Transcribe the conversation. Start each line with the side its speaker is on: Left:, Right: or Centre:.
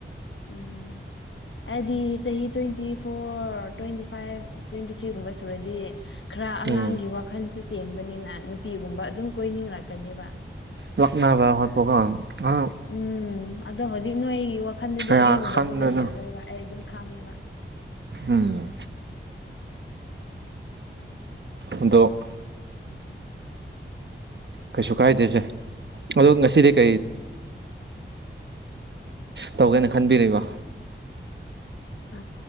Left: ꯎꯝ ꯑꯩꯗꯤ ꯆꯍꯤ twenty four twenty five twenty ꯊ꯭ꯔꯤꯒꯨꯝꯕ ꯁꯨꯔꯗꯤ ꯈꯔ ꯑꯉꯥꯡꯒꯤ
Right: ꯎꯝ
Left: ꯋꯥꯈꯜꯁꯨ ꯆꯦꯟꯕꯅꯤꯅ ꯅꯨꯄꯤꯒꯨꯝꯕ ꯑꯗꯨꯝ ꯀꯣꯏꯅꯤꯡꯔꯛꯀꯅꯦꯕ
Right: ꯂꯥꯛꯅꯕ ꯈꯠ ꯄꯀ ꯑ
Left: ꯎꯝ ꯑꯗꯣ ꯍꯧꯖꯤꯛ ꯅꯣꯏ ꯑꯩꯒꯤ ꯋꯥꯈꯟꯗꯗꯤ
Right: ꯀꯌꯥ
Left: ꯑꯗꯨꯒꯨꯝꯕꯗꯣ
Right: ꯈꯟꯗꯅꯣ
Left: ꯂꯩꯔꯔꯣꯏꯕ ꯑꯩ ꯑꯗꯨꯝ ꯈꯪꯉꯦꯕ
Right: ꯎꯝ ꯑꯗꯣ ꯀꯩꯁꯨ ꯀꯥꯏꯗꯦꯁꯦ ꯑꯗꯣ ꯉꯁꯤꯗꯤ ꯀꯔꯤ
Left: ꯎꯝ
Right: ꯇꯧꯒꯦꯅ ꯈꯟꯕꯤꯔꯤꯕ
Left: ꯑ